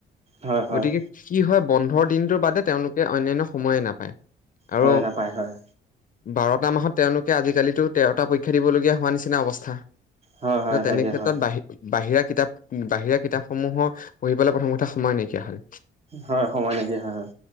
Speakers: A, on the right; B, on the left.
A: হয় হয়
B: গতিকে কি হয় বন্ধৰ দিনটোৰ বাদে তেওঁলোকে অন্যানয় সময়ে নাপায় আৰু
A: হয় নাপায় হয়
B: বাৰটা মাহত তেওঁলোকে আজিকালিতো তেৰটা পৰীক্ষা দিবলগীয়া হোৱা নিচিনা অৱস্থা
A: হয়, হয়,
B: তেনে
A: লাগে
B: ক্ষেত্ৰত
A: হয়,
B: বাহি বাহিৰা কিতাপ বাহিৰা কিতাপ সমূহৰ পঢ়িবলৈ প্ৰথম কথা সয় নেকিয় হাল
A: হয়, সময় লাগে হয়, হয়,